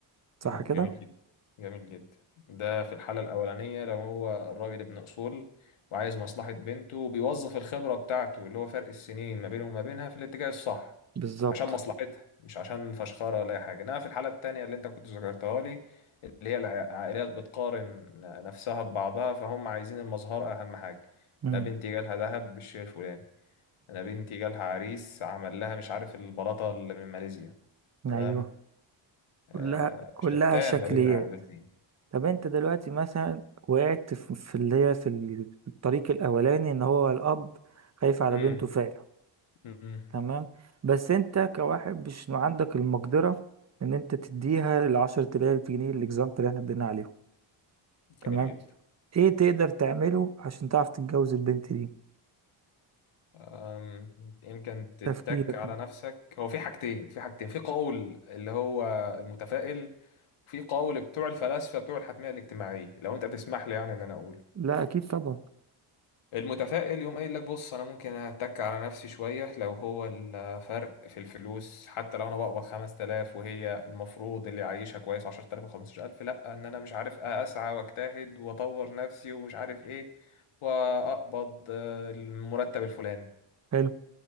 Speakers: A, on the right; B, on the left.
A: صح
B: مم،
A: كده؟
B: جميل جدا جميل جدا ده في الحالة الأولانية لو هو الراجل ابن أصول وعايز مصلحة بنته وبيوظف الخبرة بتاعته اللي هو فرق السنين ما بينه وما بينها في الاتجاه الصح
A: بالظبط
B: عشان مصلحتها مش عشان فشخرة ولا أي حاجة إنما في الحالة التانية اللي أنت كنت ذكرتها لي اللي هي العائلات بتقارن نفسها ببعضها فهم عايزين المظهر أهم حاجة
A: امم
B: أنا بنتي جالها دهب بالشيء الفلاني أنا بنتي جالها عريس عمل لها مش عارف البلاطة اللي من ماليزيا تمام
A: ايوه
B: آه،
A: كلها كلها
B: شتان
A: شكليات
B: ما بين العائلتين
A: طب انت دلوقتي مثلا وقعت في في اللي هي في ال- في الطريق الاولاني ان هو الاب خايف على
B: امم
A: بنته فعلا
B: امم
A: تمام بس انت كواحد مش عندك المقدره ان انت تديها العشرة آلاف جنيه الاكزامبل اللي احنا ادينا عليهم
B: جميل
A: تمام
B: جدا
A: ايه تقدر تعمله عشان تعرف تتجوز البنت دي
B: أم، يمكن تتك
A: تفكيرك
B: على نفسك هو في حاجتين في حاجتين في قول اللي هو المتفائل وفي قول بتوع الفلاسفة بتوع الحتمية الاجتماعية لو انت تسمح لي يعني ان انا اقول
A: لا اكيد طبعا
B: المتفائل يقوم قايل لك بص انا ممكن اتك على نفسي شويه لو هو الفرق في الفلوس حتى لو انا بقبض 5000 وهي المفروض اللي عايشها كويس 10000 و15000 لا ان انا مش عارف اسعى واجتهد واطور نفسي ومش عارف ايه واقبض آه، المرتب الفلاني
A: حلو